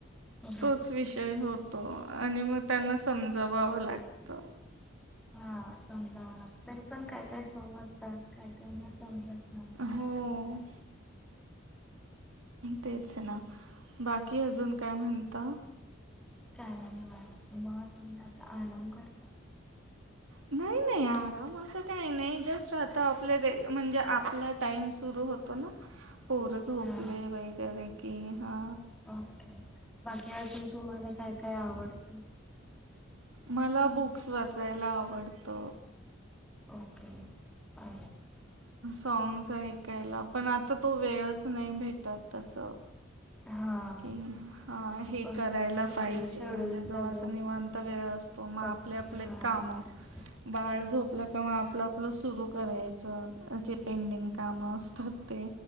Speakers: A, in the centre; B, on the right.
A: हा
B: तोच विषय होत. आणि मग त्यांना समजवावं लागत.
A: हा समजाव ना तर पण काय काय समज <unintelligible> काय काय त्यांना समजत नाही
B: हो तेच ना बाकी अजून काय म्हणता?
A: का नाही म तुमही आता आराम करता?
B: नाही नाही आराम असं काही नाही जस्ट आता आप म्हणजे आपला टाइम सुरू होतो ना. पोर झोपले
A: हा
B: वगैरे की हा.
A: ओके बाकी अजून तुम्हाला काय काय आवडतं?
B: मला बुक्स वाचायला आवडत.
A: ओके पा
B: सॉग्स ऐकायला पण आता तो वेळच नाही भेटत तसं.
A: हा
B: <unintelligible> ते
A: बस
B: करायला
A: बिझी
B: पाहिजे
A: शेड्यूल
B: म्हणजे
A: सगळं.
B: जो अस निवांत वेळ असतो मग
A: सग
B: आपले आपले
A: हा
B: काम.
A: येस
B: बाळ झोपल. कंवा आपलं आपलं सुरू करायचं जे पेंडिंग काम असतात ते.